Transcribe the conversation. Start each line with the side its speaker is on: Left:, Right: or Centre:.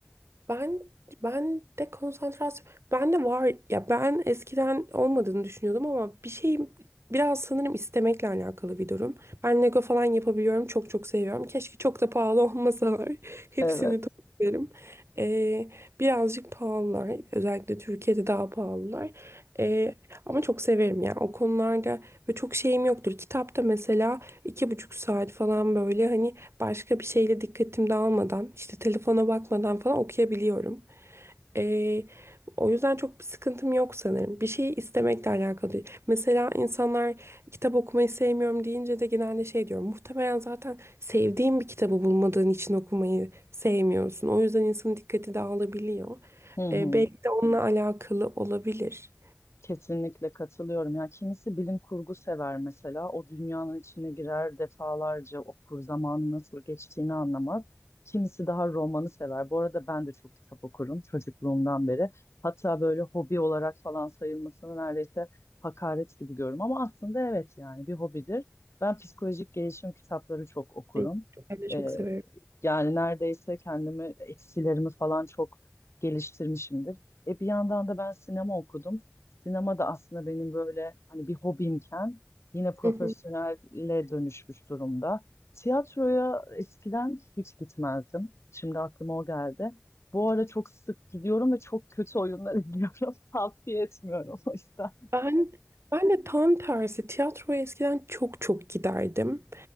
Right: Ben ben de konsantrasyon ben de var ya ben eskiden olmadığını düşünüyordum ama bir şey biraz sanırım istemekle alakalı bir durum. Ben Lego falan yapabiliyorum. Çok çok seviyorum. Keşke çok da pahalı olmasalar. <laughs> Hepsini
Left: Evet.
Right: toplarım. Ee, birazcık pahalılar. Özellikle Türkiye'de daha pahalılar. Ee, ama çok severim yani o konularda ve çok şeyim yoktur. Kitapta mesela iki buçuk saat falan böyle hani başka bir şeyle dikkatim dağılmadan işte telefona bakmadan falan okuyabiliyorum. Ee, o yüzden çok bir sıkıntım yok sanırım. Bir şeyi istemekle alakalı değil. Mesela insanlar kitap okumayı sevmiyorum deyince de genelde şey diyorum. Muhtemelen zaten sevdiğin bir kitabı bulmadığın için okumayı sevmiyorsun. O yüzden insanın dikkati dağılabiliyor.
Left: Hı hı.
Right: Ee, belki de onunla alakalı olabilir.
Left: Kesinlikle katılıyorum. Ya kimisi bilim kurgu sever mesela. O dünyanın içine girer defalarca okur, zamanın nasıl geçtiğini anlamaz. Kimisi daha romanı sever. Bu arada ben de çok kitap okurum çocukluğumdan beri. Hatta böyle hobi olarak falan sayılmasını neredeyse hakaret gibi görüyorum. Ama aslında evet yani bir hobidir. Ben psikolojik gelişim kitapları çok okurum.
Right: Ee, Ben de çok
Left: Ee,
Right: severim.
Left: yani neredeyse kendimi eksilerimi falan çok geliştirmişimdir. E bir yandan da ben sinema okudum. Sinema da aslında benim böyle hani bir hobimken yine profesyonelle
Right: Hı hı.
Left: dönüşmüş durumda. Tiyatroya eskiden hiç gitmezdim. Şimdi aklıma o geldi. Bu ara çok sık gidiyorum ve çok kötü oyunlar <laughs> izliyorum. Tavsiye etmiyorum o yüzden.
Right: Ben ben de tam tersi tiyatroya eskiden çok çok giderdim.